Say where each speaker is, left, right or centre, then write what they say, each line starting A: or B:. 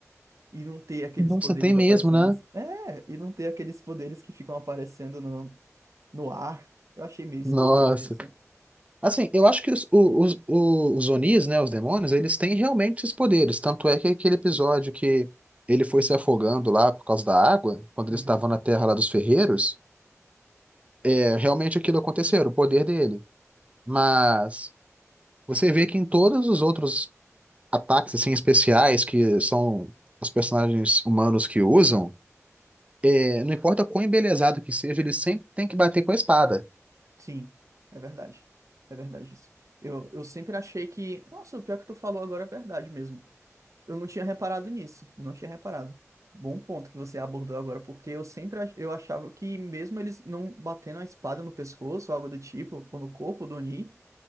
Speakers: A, on the right; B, on the right.
A: E não ter aqueles
B: Nossa,
A: poderes
B: tem mesmo,
A: aparecendo.
B: né?
A: nos- É, e não ter aqueles poderes que ficam aparecendo no, no ar. Eu achei meio esquisito
B: Nossa.
A: isso.
B: Assim, eu acho que os, o- os, os Onis, né, os demônios, eles têm realmente esses poderes. Tanto é que aquele episódio que ele foi se afogando lá por causa da água, quando eles
A: Uhum.
B: estavam na terra lá dos ferreiros, é, realmente aquilo aconteceu, o poder dele. Mas você vê que em todos os outros ataques, assim, especiais, que são os personagens humanos que usam, é, não importa quão embelezado que seja, ele sempre tem que bater com a espada.
A: Sim, é verdade. É verdade isso. Eu, eu sempre achei que. Nossa, o pior que tu falou agora é verdade mesmo. Eu não tinha reparado nisso, eu não tinha reparado. Bom ponto que você abordou agora, porque eu sempre ach- eu achava que mesmo eles não batendo a espada no pescoço ou algo do tipo, ou no corpo do Oni,